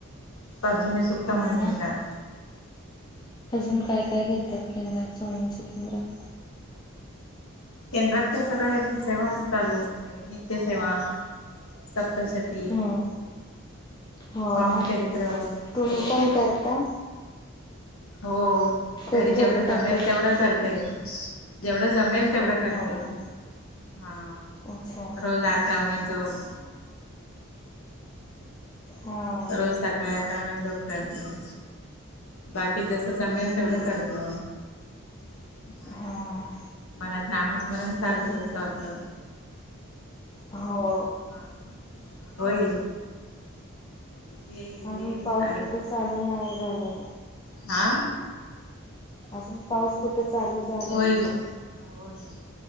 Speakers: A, on the left; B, on the left.
A: पर्जन्य सुक्त
B: हो
A: म्हणुन घेतात.
B: आजुन काय काय घेतात, केंद्रात, स्वामींच्या केंद्रात?
A: केंद्रात काय सगळ्या सेवा चालू असते, नित्यसेेवा सप्तशती.
B: हम्म हो
A: स्वामी
B: ना
A: चरित्र हो.
B: तुम्ही पण करता
A: हो घरी
B: कधी
A: जेवढं
B: कधी
A: जमेल
B: करता तुम्ही
A: तेवढं करतेय. जेवढं जमेल तेवढं करते
B: हो
A: मी.
B: ना
A: हा
B: अच्छा
A: रोज अकरा माळं जप.
B: हा
A: रोज सकाळी अकरा माळी जप. करणे बाकी जसं जमेल
B: हम्म
A: तेवढं करतो. <unintelligible>
B: हा
A: यात नामस्मरण चालूचं
B: अजून
A: असत आपलं.
B: हो.
A: हा होईल येईल
B: अजून
A: येईल
B: पाऊस कुठे चालू नाही झालेला?
A: आ
B: अजून पाऊस कुठे चालू झाला
A: होईल
B: नाही?
A: हो ना.